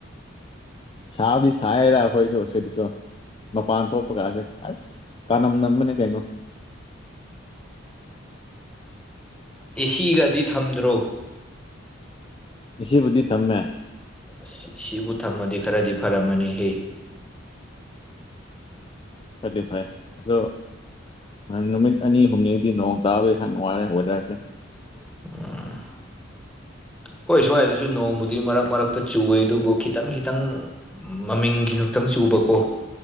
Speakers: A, on the left (about 25°); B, in the centre.
A: ꯁꯥꯕꯨꯗꯤ ꯁꯥꯏꯗ ꯑꯩꯈꯣꯏꯁꯨ ꯁꯤꯗꯁꯨ ꯃꯄꯥꯟ ꯊꯣꯛꯄ ꯀꯥꯁꯦ ꯑꯁ ꯀꯥꯟꯅꯝ ꯅꯝꯕꯅꯦ ꯀꯩꯅꯣ
B: ꯑꯦ ꯁꯤ ꯒꯗꯤ ꯊꯝꯗ꯭ꯔꯣ
A: ꯑꯦ ꯁꯤ ꯕꯨꯗꯤ ꯊꯝꯃꯦ
B: ꯑꯁ ꯁꯤꯕꯨ ꯊꯝꯃꯗꯤ ꯈꯔꯗꯤ ꯐꯔꯝꯃꯅꯤ ꯍꯦ
A: ꯐꯗꯤ ꯐꯩ ꯑꯗꯣ ꯅꯨꯃꯤꯠ ꯑꯅꯤ ꯍꯨꯝꯅꯤꯗꯤ ꯅꯣꯡ ꯇꯥꯕꯒꯤ ꯈꯔ ꯅꯨꯡꯉꯥꯏꯔꯦ ꯋꯦꯗꯔꯁꯦ
B: <unintelligible> ꯈꯣꯏ ꯁ꯭ꯋꯥꯏꯗꯁꯨ ꯅꯣꯡꯕꯨꯗꯤ ꯃꯔꯛ ꯃꯔꯛꯇ ꯆꯨꯋꯦ ꯑꯗꯨꯕꯨ ꯈꯤꯇꯪ ꯈꯤꯇꯪ ꯃꯃꯤꯡꯒꯤ ꯈꯛꯇꯪ ꯆꯨꯕꯀꯣ